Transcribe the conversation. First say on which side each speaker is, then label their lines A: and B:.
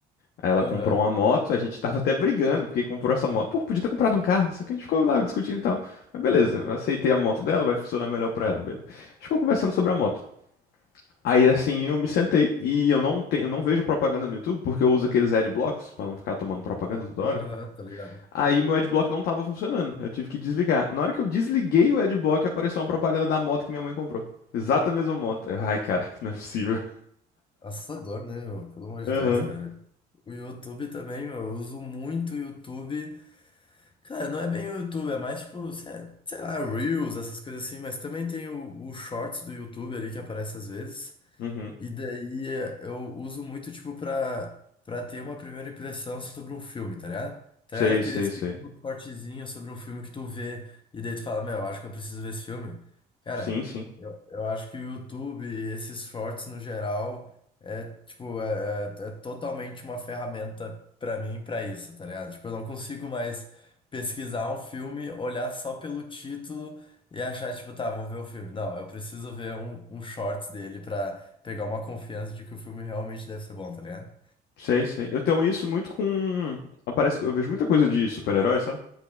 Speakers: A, on the left; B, on the left.
A: Aí ela
B: Aham,
A: comprou uma moto, a gente tava até brigando porque comprou essa moto. Pô, podia ter comprado um carro, não sei o que, a gente ficou lá discutindo e tal. Mas beleza, eu aceitei a moto dela, vai funcionar melhor pra ela. be- A gente ficou conversando sobre a moto. Aí assim eu me sentei e eu não tenho, eu não vejo propaganda no YouTube porque eu uso aqueles adblocks pra não ficar tomando propaganda toda hora.
B: aham, tá ligado?
A: Aí o meu adblock não tava funcionando. Eu tive que desligar. Na hora que eu desliguei o adblock, apareceu uma propaganda da moto que minha mãe comprou. Exata mesma moto. Eu, Ai, caraca, não é possível.
B: Assustador, né, meu? Pelo amor
A: Aham.
B: de Deus, cara. O YouTube também, meu, eu uso muito o YouTube. Cara, não é bem o YouTube, é mais tipo, sé- sei lá, Reels, essas coisas assim, mas também tem o, o Shorts do YouTube ali que aparece às vezes.
A: Uhum.
B: E daí eh, eu uso muito, tipo, pra, pra ter uma primeira impressão sobre um filme, tá ligado? Tá
A: Sei,
B: ligado? Aqueles
A: sei,
B: pequenos
A: sei.
B: cortezinhos sobre um filme que tu vê e daí tu fala, meu, eu acho que eu preciso ver esse filme. Cara,
A: Sim, sim.
B: eu, eu acho que o YouTube e esses shorts no geral é, tipo, é, é- é totalmente uma ferramenta pra mim pra isso, tá ligado? Tipo, eu não consigo mais pesquisar um filme, olhar só pelo título e achar, tipo, tá, vou ver o filme. Não, eu preciso ver um, um shorts dele pra pegar uma confiança de que o filme realmente deve ser bom, tá ligado?
A: Sei, sei. Eu tenho isso muito com. Aparece, eu vejo muita coisa de super-herói, sabe?